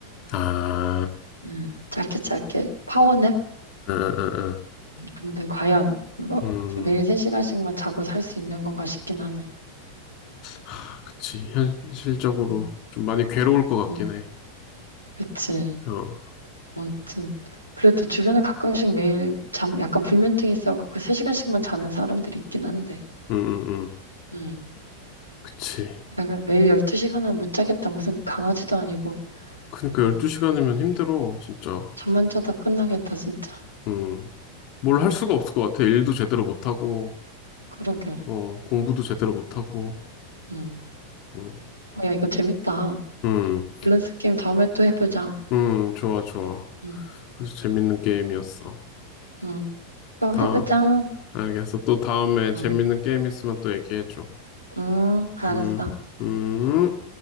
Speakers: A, on the left (about 40°); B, on the right (about 90°).
A: 아,
B: 응. 짧게 짧게 파워냅?
A: 응, 응, 응.
B: 근데 과연 뭐
A: 응.
B: 매일
A: 음,
B: 3시간씩만 자고 살 수 있는 건가 싶긴 하네.
A: 하, 그치. 현실적으로
B: 음,
A: 좀 많이 괴로울 것 같긴
B: 음,
A: 해.
B: 그치.
A: 어,
B: 아무튼 그래도 주변에 가끔씩 매일 잠 약간 불면증 있어갖고 3시간씩만 자는 사람들 있긴 한데.
A: 응, 응, 응.
B: 음.
A: 그치.
B: 그래, 매일 12시간은 못 자겠다. 무슨 강아지도 아니고.
A: 그니까 12시간이면
B: 음.
A: 힘들어, 진짜.
B: 잠만 자다 끝나겠다, 진짜.
A: 음, 뭘
B: 음.
A: 할 수가 없을 것 같아. 일도 제대로 못하고,
B: 그러게.
A: 어, 공부도 제대로 못하고,
B: 음.
A: 응,
B: 어, 야, 이거 재밌다.
A: 응,
B: 밸런스 게임 다음에 또 해보자.
A: 응, 좋아, 좋아.
B: 음.
A: 아주 재밌는 게임이었어.
B: 음. 또
A: 다
B: 해보자.
A: 알겠어. 또 다음에 재밌는
B: 음.
A: 게임 있으면 또 얘기해줘.
B: 음. 알았어.
A: 음, 음.